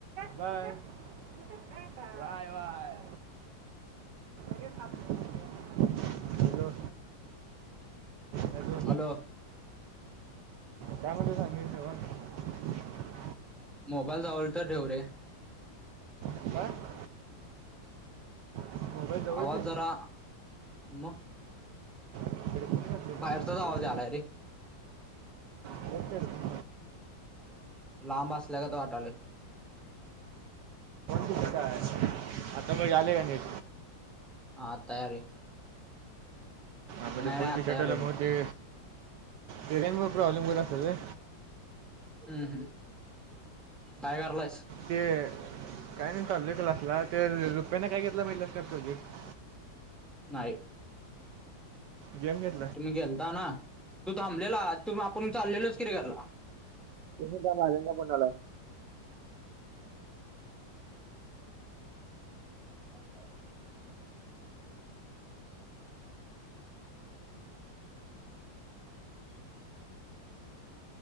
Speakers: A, on the right; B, in the centre.
A: बाय. तू का? Bye, bye <unintelligible> hello, hello
B: hello
A: काय म्हणतोयस? <unintelligible>
B: मोबाईल जवळ तर ठेव रे.
A: काय मोबाईल जवळ
B: आवाज
A: ठेव.
B: जरा म
A: इकडे कोण घातले का?
B: बाहेरचाच आवाज आलाय रे.
A: <unintelligible>
B: लांब असल्यागत वाटालय.
A: काय आता बघ आले काय नीट?
B: हां आता यायलय.
A: आता ते फोन
B: नाही आत्ता
A: बिघडलेला
B: यालय नीट
A: मुळे ते, तेज्यामुळ प्रॉब्लेम होत असल रे
B: हम्म हम्म. काय करालायस?
A: ते काय नाही चालोय क्लासला. ते रुप्यान काय घेतलाय बघितलास काय प्रोजेक्ट?
B: नाही.
A: गेम घेतलाय.
B: तुम्ही गेलता ना तू थांबलेला तू आपण चाललेलोच कि घरला.
A: <unintelligible>
B: <inaudible>